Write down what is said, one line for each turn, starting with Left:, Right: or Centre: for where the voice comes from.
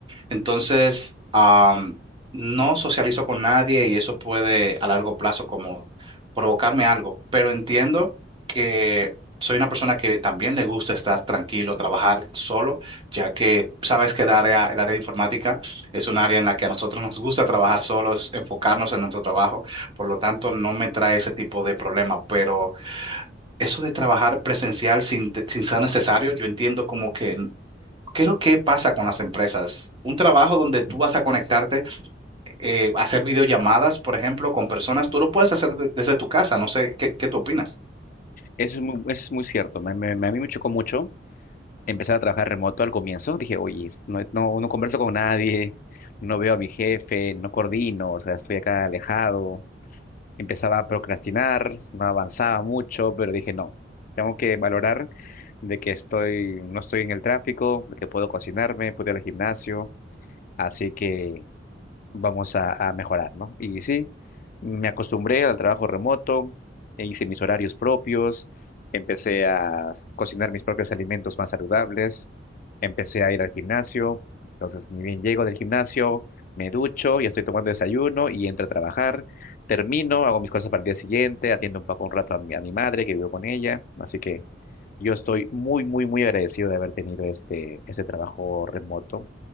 Right: Entonces, am, no socializo con nadie y eso puede a largo plazo como provocarme algo, pero entiendo que soy una persona que también le gusta estar tranquilo, trabajar solo, ya que sabes que el área, el área de informática es un área en la que a nosotros nos gusta trabajar solos, enfocarnos en nuestro trabajo, por lo tanto no me trae ese tipo de problema, pero eso de trabajar presencial sin, sin ser necesario, yo entiendo como que ¿Qué es lo que pasa con las empresas? Un trabajo donde tú vas a conectarte, eh, hacer videollamadas, por ejemplo, con personas, tú lo puedes hacer de- desde tu casa. No sé, ¿qué, qué tú opinas?
Left: Eso es muy, eso es muy cierto. Me- me- a mí me chocó mucho empezar a trabajar remoto al comienzo. Dije, oye, es- no, no, no converso con nadie, no veo a mi jefe, no coordino, o sea, estoy acá alejado. Empezaba a procrastinar, no avanzaba mucho, pero dije, no, tengo que valorar de que estoy, no estoy en el tráfico, de que puedo cocinarme, puedo ir al gimnasio. Así que vamos a, a mejorar, ¿no? Y sí, me acostumbré al trabajo remoto, e hice mis horarios propios, empecé a cocinar mis propios alimentos más saludables, empecé a ir al gimnasio, entonces ni bien llego del gimnasio, me ducho, ya estoy tomando desayuno y entro a trabajar, termino, hago mis cosas para el día siguiente, atiendo un poco un rato a mi, a mi madre que vivo con ella, así que yo estoy muy, muy, muy agradecido de haber tenido este, este trabajo remoto